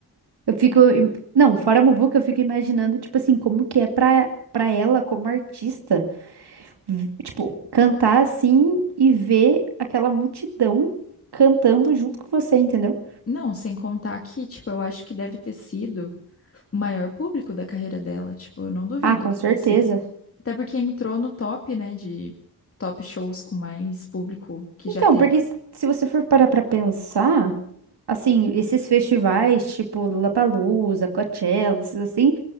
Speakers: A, on the right (about 75°); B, on the left (about 35°).
A: eu fico. im- Não, fora a Muvuca, eu fico imaginando, tipo assim, como que é pra, pra ela como artista. v- tipo, cantar assim e ver aquela multidão cantando junto com você, entendeu?
B: Não, sem contar que, tipo, eu acho que deve ter sido o maior público da carreira dela, tipo, eu não duvido
A: Ah, com
B: que
A: certeza.
B: tenha sido. Até porque entrou no top, né, de top shows com mais público que
A: Então,
B: já teve.
A: porque s- se você for parar pra pensar, assim, esses festivais, tipo Lollapalooza, Coachella, esses assim,